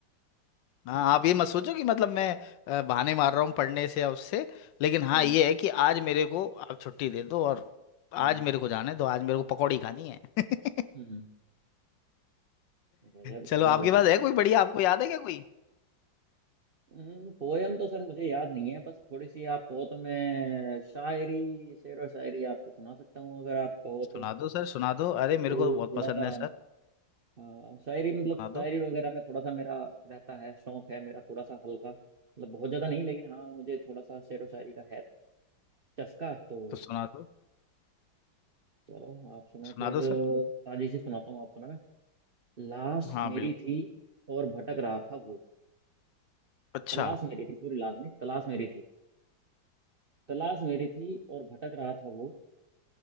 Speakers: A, on the left (about 75°); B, on the right (about 60°).
A: हाँ आप ये मत सोचो कि मतलब मैं अ, बहाने मार रहा हूँ पढ़ने से या उससे लेकिन हाँ
B: हम्म
A: ये है कि आज मेरे को आप छुट्टी दे दो और
B: हम्म
A: आज मेरे को जाना है तो आज मेरे को पकौड़ी खानी है <laughs>
B: हम्म गजब
A: चलो
B: गजब
A: आपके
B: गजब
A: पास है कोई बढ़िया आपको याद है क्या कोई
B: हम्म पोयम तो सर मुझे याद नहीं है बस थोड़ी सी आप कहो तो मैं शायरी शेरो शायरी आपको सुना सकता हूँ अगर आप कहो
A: सुना
B: तो
A: दो सर सुना दो अरे
B: वो
A: मेरे को तो बहुत
B: थोड़ा
A: पसंद
B: सा
A: है सर
B: हाँ शायरी मतलब
A: सुना
B: शायरी
A: दो
B: वगैरह में थोड़ा सा मेरा रहता है शौक है मेरा थोड़ा सा हल्का मतलब बहुत ज्यादा नहीं लेकिन हाँ मुझे थोड़ा सा शेर व शायरी का है चस्का तो
A: तो सुना दो
B: चलो आप सुनो
A: सुना
B: फिर
A: दो सर
B: ताजी से सुनाता हूँ आपको ना मैं लाश
A: हाँ
B: मेरी
A: बिल्कुल
B: थी और भटक रहा था वो
A: अच्छा
B: तलाश मेरी थी सॉरी लाश नहीं तलाश मेरी थी तलाश मेरी थी और भटक रहा था वो